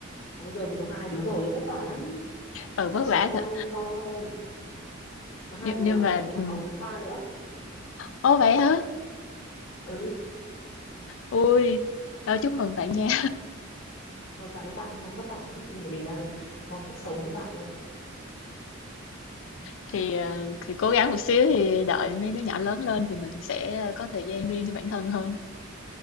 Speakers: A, on the left; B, on the left.
A: Còn bây giờ mình có hai đứa rồi, vất vả lắm.
B: Ờ,
A: Suốt
B: vất
A: ngày chỉ
B: vả
A: quay
B: thật.
A: con thôi. Mà hai
B: Nhưng,
A: đứa
B: nhưng mà
A: và mình đang
B: ừ.
A: bầu đứa thứ ba nữa.
B: Ồ vậy hả?
A: Ừ,
B: Ui, ờ, chúc mừng bạn nha.
A: rồi cảm ơn bạn nhưng mà vất vả lắm. Nhưng mà mình đang mong cuộc sống như bạn đây.
B: Thì, ờ, thì cố gắng một xíu thì đợi mấy đứa nhỏ lớn lên thì mình sẽ có thời gian riêng cho bản thân hơn.